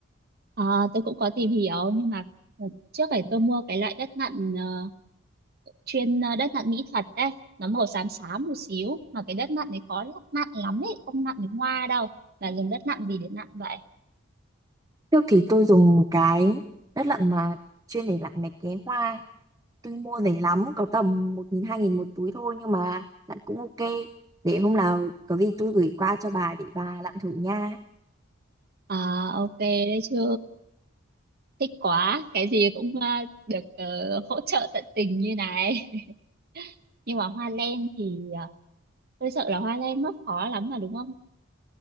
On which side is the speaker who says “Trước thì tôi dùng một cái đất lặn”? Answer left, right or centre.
Right